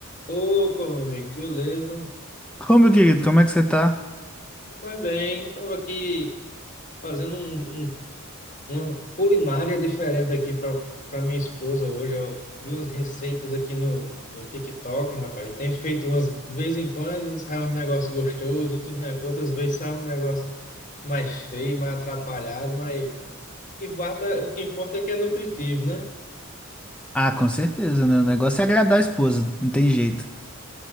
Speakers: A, on the left; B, in the centre.
A: Opa, meu amigo, beleza?
B: Ô, meu querido, como é que você tá?
A: Vai bem, estava aqui fazendo um, um- uma culinária diferente aqui para para minha esposa hoje. Eu vi umas receitas aqui no, no TikTok, rapaz. Tem feito umas, de vez em quando sai uns negócios gostosos, outros, ne- outras vezes sai um negócio mais feio, mais atrapalhado, mas o que, bata, o que importa é que é nutritivo, né?
B: Ah, com certeza, né? O negócio é agradar a esposa, não tem jeito.